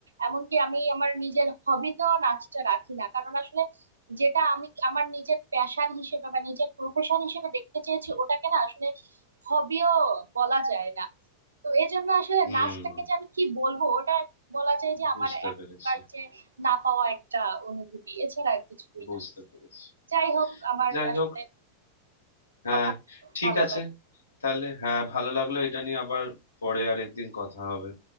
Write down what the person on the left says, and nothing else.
হুম
বুঝতে
পেরেছি
বুঝতে
পেরেছি
যাই
হোক হ্যাঁ
ঠিক
আছে
তাহলে হ্যাঁ ভালো লাগলো এটা নিয়ে আবার পরে আরেকদিন কথা হবে